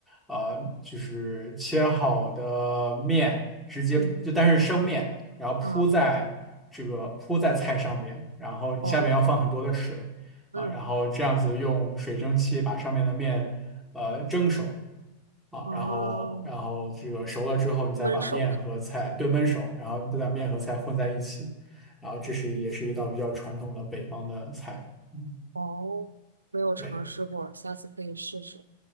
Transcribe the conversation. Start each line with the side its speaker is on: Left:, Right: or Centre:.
Centre: 呃就是切好的面直接就但是生面，
Right: 嗯
Centre: 然后铺在这个铺在菜上面，
Right: 啊，
Centre: 然后你下面要放很多的水。
Right: 哦，
Centre: 啊，
Right: 嗯，
Centre: 然后这样子用水蒸气把上面的面呃蒸熟啊，
Right: 哦，
Centre: 然后然后这个熟了之后，你再把面和菜对焖熟，
Right: 焖熟的。
Centre: 然后再把面和菜混在一起，然后这是也是一道比较传统的北方的菜。嗯，
Right: 哦，没有尝试过，
Centre: 对，
Right: 下次可以试试。